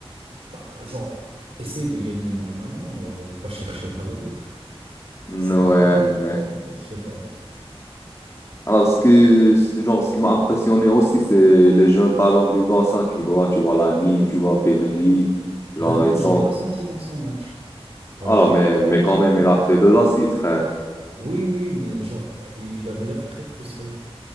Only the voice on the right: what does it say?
Bah, genre, essaye de gagner normalement, euh, va pas chercher l'arbitre.
Ça
sert à rien,
tu vois, bah, je sais pas.
Lamine,
je l'ai pas senti dans son match, par
exemple.
Oui, oui, oui, mais genre, il avait l'air très frustré.